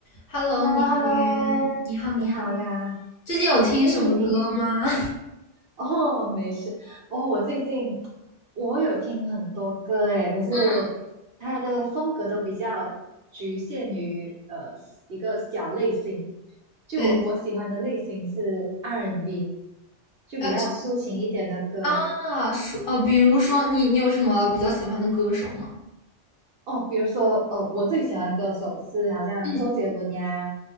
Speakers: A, on the left; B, on the right.
A: Hello，
B: h
A: 你好呀，
B: e l l o h e l l o
A: 你好，你好。
B: 你好呀。
A: 最近有听什么歌吗？
B: 哎，你平哦，没事哦。我最近我有听很多歌诶，可是它的风格都比较局限于呃一个小类型。
A: <laughs>
B: 就我我喜欢的类型是
A: 哎，
B: R&B，就比较抒情一点的歌。
A: 呃，啊，说呃，比如说你，你有什么比较喜欢的歌手吗？
B: 哦，比如说，呃，我最喜欢的歌手是好像周杰伦呀，
A: 嗯，